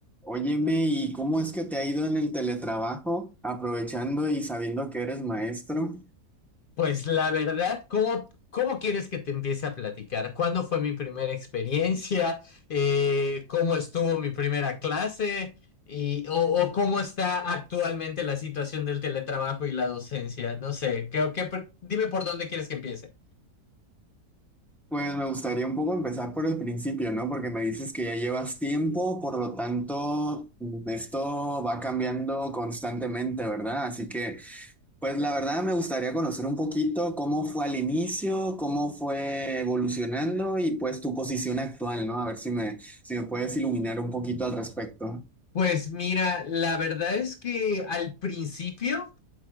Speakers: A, in the centre; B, on the left.
A: Óyeme, ¿y cómo es que te ha ido en el teletrabajo, aprovechando y sabiendo que eres maestro?
B: Pues la verdad, ¿cómo, cómo quieres que te empiece a platicar? ¿Cuándo fue mi primera experiencia? Eh, ¿cómo estuvo mi primera clase? Y, o, o cómo está actualmente la situación del teletrabajo y la docencia? No sé, ¿qué, qué dime por dónde quieres que empiece.
A: Pues me gustaría un poco empezar por el principio, ¿no? Porque me dices que ya llevas tiempo, por lo tanto, mm, esto va cambiando constantemente, ¿verdad? Así que, pues la verdad me gustaría conocer un poquito cómo fue al inicio, cómo fue evolucionando y pues tu posición actual, ¿no? A ver si me, si me puedes iluminar un poquito al respecto.
B: Pues mira, la verdad es que al principio...